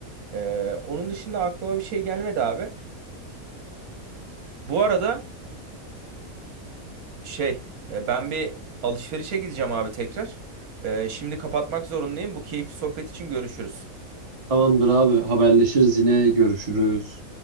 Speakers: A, on the right; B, on the right.
A: Ee, onun dışında aklıma bir şey gelmedi abi. Bu arada Şey, e, ben bir alışverişe gideceğim abi tekrar. E, şimdi kapatmak zorundayım. Bu keyifli sohbet için görüşürüz.
B: Tamamdır abi haberleşiriz yine görüşürüz.